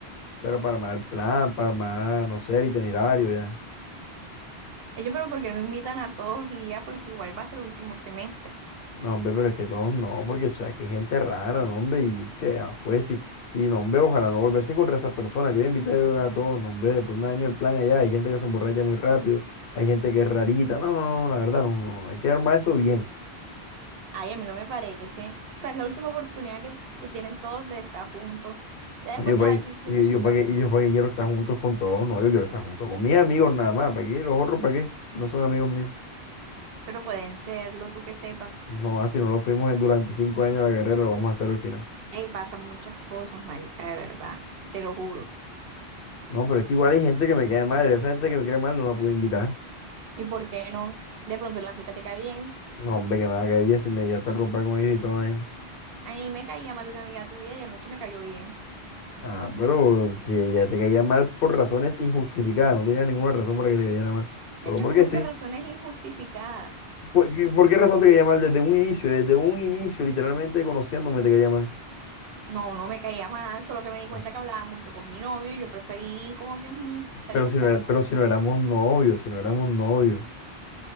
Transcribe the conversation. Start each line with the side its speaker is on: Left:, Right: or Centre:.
Left: Pero para armar el plan, para armar, no sé, el itinerario ya.
Right: Eche, pero ¿por qué no invitan a todos y ya? Porque igual va a ser el último semestre.
Left: No, hombre, pero es que todos no, porque sabes que hay gente rara, no, hombre, y che, ah, pues sí, sí, no, hombre, ojalá no volverse a encontrar esas personas que voy a invitar yo a todos, no, hombre, después me daño el plan allá, hay gente que se emborracha muy rápido, hay gente que es rarita, no, no, no, la verdad, no, no, no, hay que armar eso bien.
Right: Ay, a mí no me parece. O sea, es la última oportunidad que, que tienen todos de estar juntos. Ya
Left: No,
Right: después
Left: Yo
Right: cada
Left: para qué,
Right: quien fue
Left: y
Right: por su
Left: yo
Right: camino.
Left: para qué, y yo para qué quiero estar juntos con todos, no, yo quiero estar junto con mis amigos nada más, ¿para qué? Los otros, ¿para qué? Si no son amigos míos.
Right: Pero pueden serlo, tú que sepas.
Left: No, ah, si no lo fuimos en- durante cinco años de la carrera, lo vamos a hacer al final.
Right: Ey, pasan muchas cosas, marica, de verdad. Te lo juro.
Left: No, pero es que igual hay gente que me cae mal. Esa gente que me cae mal no la puedo invitar.
Right: ¿Y por qué no? De pronto en la fiesta te cae bien.
Left: No, hombre, que me va a caer bien si me ya te rompa con ellos y toda vaina.
Right: A mí me caía mal una amiga tuya y anoche me cayó bien.
Left: Ah, pero si ella te caía mal por razones injustificadas, no tenía ninguna razón para que te cayera mal. Solo
Right: Hecho,
Left: porque
Right: como
Left: sí.
Right: que razones injustificadas.
Left: ¿Por qué, por qué razón te caía mal? Desde un inicio, desde un inicio, literalmente conociéndome te caía mal.
Right: No, no me caía mal, solo que me di cuenta
Left: No.
Right: que hablaba mucho con mi novio. y Yo preferí como que, mm, esta
Left: Pero
Right: vieja
Left: si
Right: está
Left: no era-
Right: rara.
Left: pero si no éramos novios, si no éramos novios.